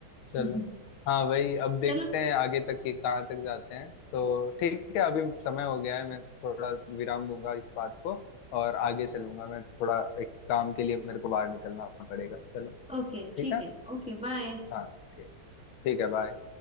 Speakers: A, on the left; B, in the centre.
A: चलो
B: <laughs>
A: हाँ भाई अब देखते
B: चलो
A: हैं आगे तक कि कहाँ तक जाते हैं तो ठीक है अभी समय हो गया है मैं थोड़ा विराम दूंगा इस बात को और आगे चलूंगा मैं थोड़ा एक काम के लिए मेरे को बाहर निकलना पड़ेगा चलो
B: ओके
A: ठीक
B: ठीक
A: है
B: है ओके बाय
A: हाँ ठीक ठीक है बाय